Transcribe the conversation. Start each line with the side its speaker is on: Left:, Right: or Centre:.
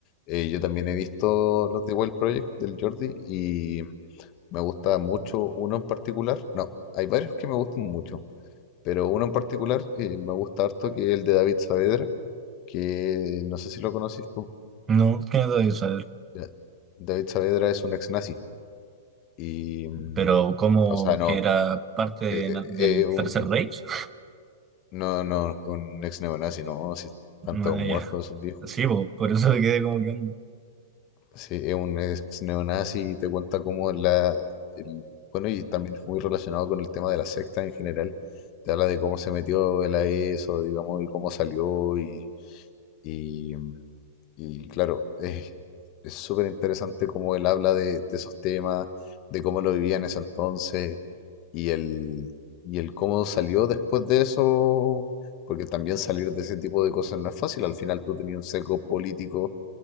Left: eh, yo también he visto los de Wild Project del Jordi y me gusta mucho uno en particular. No, hay varios que me gustan mucho, pero uno en particular eh, me gusta harto que es el de David Saavedra, que no sé si lo conoces tú.
Right: No, que no debía saber,
Left: Da- David Saavedra es un ex nazi y, mm,
Right: pero como
Left: o sea, no,
Right: que era parte de
Left: eh,
Right: na- del
Left: eh, eh, un,
Right: Tercer Reich. <laughs>
Left: no, no, un ex neonazi, no, si tantos
Right: Ah,
Left: muertos
Right: ya.
Left: esos viejos.
Right: Sí, po, por eso me quedé como que, onda.
Left: Sí, es un ex neonazi y te cuenta cómo la... el- bueno, y también es muy relacionado con el tema de la secta en general. Te habla de cómo se metió él a eso, digamos, y cómo salió y... y, y claro, es es súper interesante cómo él habla de, de esos temas, de cómo lo vivía en ese entonces y el, y el cómo salió después de eso. Porque también salir de ese tipo de cosas no es fácil. Al final tú tenías un sesgo político